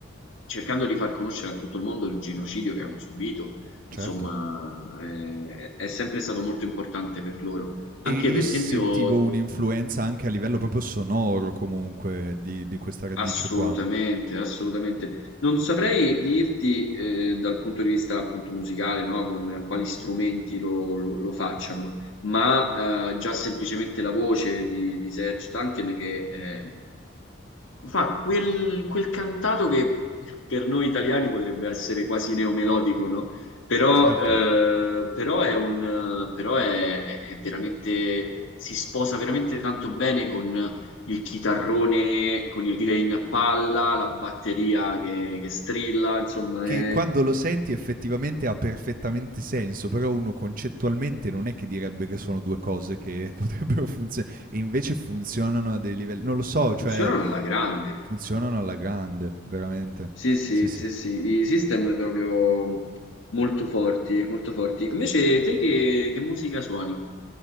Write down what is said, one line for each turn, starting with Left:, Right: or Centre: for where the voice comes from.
Left: cercando di far conoscere a tutto il mondo il genocidio che hanno subito.
Right: certo.
Left: Insomma, eh, è sempre stato molto importante per loro. Anche
Right: E io
Left: per
Right: sentivo
Left: esempio
Right: un'influenza anche a livello proprio sonoro comunque di di questa radice
Left: Assolutamente,
Right: qua.
Left: assolutamente. Non saprei dirti eh, dal punto di vista appunto musicale, no? Con quali strumenti lo, lo- lo facciano, ma eh, già semplicemente la voce di, di Serge Tankian che eh, fa quel, quel cantato che per noi italiani potrebbe essere quasi neomelodico, no? Però,
Right: Certo.
Left: eh, però è un, però è, è veramente, si sposa veramente tanto bene con il chitarrone con il gain a palla, la batteria che, che strilla, insomma,
Right: Che
Left: è-
Right: quando lo senti effettivamente ha perfettamente senso, però uno concettualmente non è che direbbe che sono 2 cose che <laughs> potrebbero funzio e invece funzionano a dei livelli non lo so, cioè
Left: funzionano alla grande.
Right: funzionano alla grande, veramente.
Left: Sì, sì,
Right: Sì, sì.
Left: sì, sì, i system proprio molto forti, molto forti. Invece te che, che musica suoni?